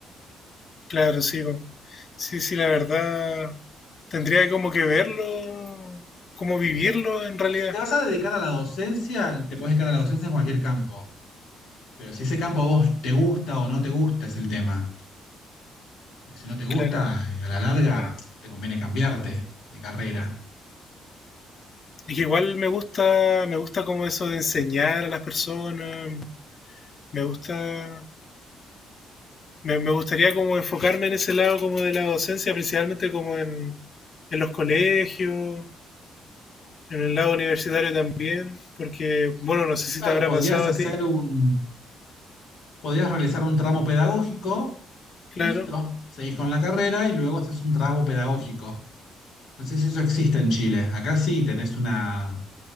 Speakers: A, on the left; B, on the left.
A: Claro, sigo. Sí, sí, la verdad. Tendría como que verlo, como vivirlo en realidad.
B: Porque si te vas a dedicar a la docencia, te puedes dedicar a la docencia en cualquier campo. Pero si ese campo a vos te gusta o no te gusta es el tema. Porque si no te gusta,
A: Claro.
B: a la larga te conviene cambiarte de carrera.
A: Es que igual me gusta, me gusta como eso de enseñar a las personas. Me gusta, me, me gustaría como enfocarme en ese lado como de la docencia, principalmente como en, en los colegios, en el lado universitario también, porque, bueno, no sé si
B: Claro,
A: te habrá
B: podrías
A: pasado
B: hacer
A: a ti,
B: un, podrías realizar un tramo pedagógico
A: claro.
B: y listo. Seguís con la carrera y luego haces un tramo pedagógico. No sé si eso existe en Chile. Acá sí tenés una,